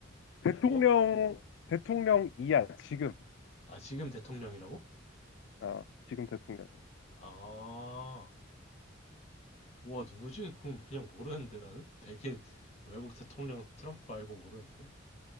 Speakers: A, on the left (about 65°); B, on the left (about 35°).
A: 대통령,
B: 어,
A: 대통령이야, 지금.
B: 아 지금 대통령이라고?
A: 어, 지금 대통령이야.
B: 아, 우와 누구지? 그럼 그냥 모르는데 나는 백인 외국 대통령 트럼프 말고 모르는데?